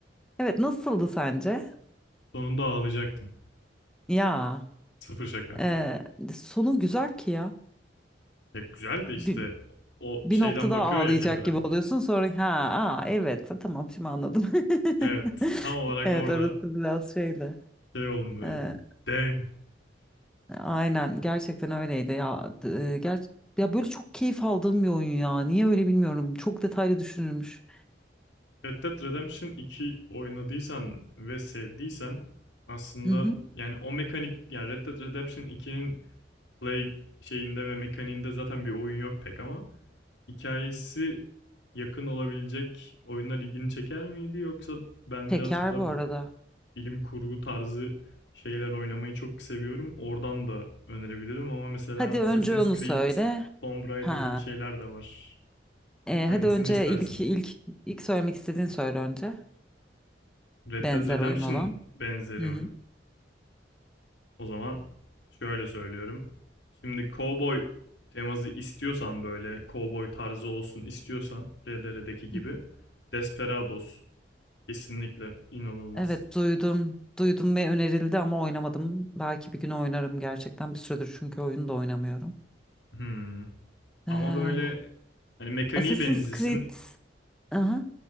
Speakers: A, in the centre; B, on the left.
A: Evet nasıldı sence?
B: <laughs> Sonunda ağlayacaktım.
A: Ya
B: Sıfır şaka.
A: e, sonu güzel ki ya.
B: Ya güzel de işte
A: Bi-
B: o
A: bir
B: şeyden
A: noktada
B: bakıyor
A: ağlayacak
B: ya kenara.
A: gibi oluyorsun. Sonra ha, aa, evet tamam şimdi anladım.
B: Evet
A: <laughs>
B: tam olarak
A: Evet
B: orada
A: orası biraz şeydi.
B: şey oldum böyle.
A: Ee,
B: Damn.
A: aynen gerçekten öyleydi ya. E, ger ya böyle çok keyif aldığım bir oyun ya. Niye öyle bilmiyorum. Çok detaylı düşünülmüş.
B: <laughs> Red Dead Redemption 2 oynadıysan ve sevdiysen aslında
A: Hı hı.
B: yani o mekanik yani Red Dead Redemption 2'nin play şeyinde ve mekaniğinde zaten bir oyun yok pek ama hikayesi yakın olabilecek oyunlar ilgini çeker miydi yoksa ben
A: Şeker
B: birazcık daha
A: bu arada.
B: bilim kurgu tarzı şeyler oynamayı çok seviyorum. Oradan da önerebilirim ama mesela
A: Hadi
B: Assassin's
A: önce onu
B: Creed,
A: söyle.
B: Tomb Raider
A: Ha.
B: gibi şeyler de var.
A: e,
B: Hangisini
A: hadi önce
B: istersin?
A: ilk ilk ilk söylemek istediğin söyle önce.
B: Red
A: Benzer
B: Dead Redemption
A: oyun olan.
B: benzeri
A: Hı
B: mi? O zaman şöyle söylüyorum. Şimdi cowboy teması istiyorsan böyle cowboy tarzı olsun istiyorsan RDR'deki gibi
A: hı.
B: Desperados kesinlikle inanılmaz.
A: Evet duydum. Duydum ve önerildi ama oynamadım. Belki bir gün oynarım gerçekten. Bir süredir çünkü oyunu da oynamıyorum.
B: Hmm.
A: Ee,
B: Ama böyle hani mekaniği
A: Assassin's
B: benzesin,
A: Creed. Aha.